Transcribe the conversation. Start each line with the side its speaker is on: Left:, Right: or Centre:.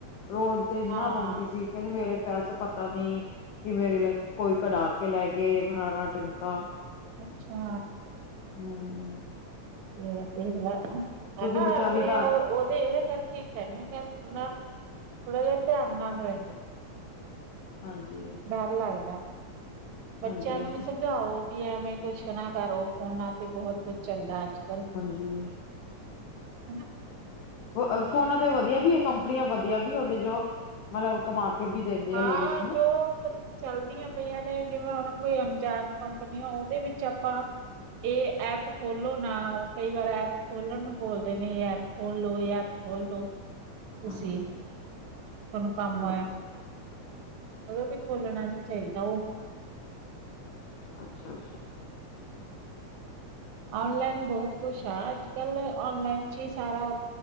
Left: ਰੋਡ ਤੇ ਇੰਨਾ
Right: ਹਾਂ
Left: ਰੋਂਦੀ ਸੀ ਕਹਿੰਦੇ ਮੇਰੇ ਪੈਸੇ ਪਤਾ ਨਈ ਕਿਵੇਂ ਦਿਨ ਕੋਈ ਕਢਾ ਕੇ ਲੈ ਗਏ ਫਰਾਣਾ ਟਿਮਕਾ
Right: ਅੱਛਾ
Left: ਹੂੰ
Right: ਤੇ ਦੇਖਲਾ ਹੈਨਾ
Left: ਕਿਉਂਕਿ ਵਿਚਾਰੀ
Right: ਮੈਂ
Left: ਤਾਂ
Right: ਉਹ ਉਹਦੇ ਇਹਦੇ ਕਰਕੇ ਕਹਿਨੇ ਆ ਆਪਣਾ ਥੋੜਾ ਜਿਹਾ ਧਿਆਨ ਨਾ ਰਹੇ।
Left: ਹਾਂਜੀ
Right: ਡਰ ਲੱਗਦਾ ਬੱਚਿਆਂ
Left: ਹਾਂਜੀ ਹਾਂਜੀ
Right: ਨੂੰ ਵੀ ਸਮਝਾਓ ਵੀ ਐਵੇਂ ਕੁਛ ਨਾ ਕਰੋ ਫੋਨਾਂ ਤੇ ਬਹੁਤ ਕੁਛ ਚੱਲਦਾ ਅੱਜ ਕੱਲ
Left: ਤੂੰ ਹੀ
Right: ਹਨਾ
Left: ਆ ਫੋਨਾਂ ਤੇ ਵਧੀਆ ਵੀ ਹੈ ਕੰਪਨੀਆਂ ਵਧੀਆ ਵੀ ਹੁੰਦੇ ਜੋ ਮਤਲਬ ਕਮਾ ਕੇ ਵੀ ਦਿੰਦੇ
Right: ਹਾਂ
Left: ਆ ਲੇਡੀਜ਼ ਨੂੰ
Right: ਜੋ ਮਤਲਬ ਚੱਲਦੀਆਂ ਪਈਆਂ ਨੇ ਜਿਵੇਂ ਹੁਣ ਕੋਈ ਅਣਜਾਨ ਕੰਪਨੀ ਉਹਦੇ ਵਿੱਚ ਆਪਾਂ ਇਹ ਐਪ ਖੋਲੋ ਨਾ ਉਹ ਕਈ ਵਾਰ ਐਪ ਖੋਲਣ ਨੂੰ ਬੋਲਦੇ ਨੇ ਐਪ ਖੋਲੋ ਇਹ ਐ ਖੋਲੋ ਤੁਸੀਂ
Left: ਹਾਂਜੀ
Right: ਤੁਹਾਨੂੰ ਕੰਮ
Left: ਹਾਂਜੀ
Right: ਆਏ ਕਦੇ ਵੀ ਖੋਲਣਾ ਨਈ ਚਾਹੀਦਾ ਉਹ
Left: ਅੱਛਾ ਅੱਛਾ
Right: ਔਨਲਾਈਨ ਬਹੁਤ ਕੁਛ ਆ ਅੱਜ ਕੱਲ ਔਨਲਾਈਨ ਚ ਹੀ ਸਾਰਾ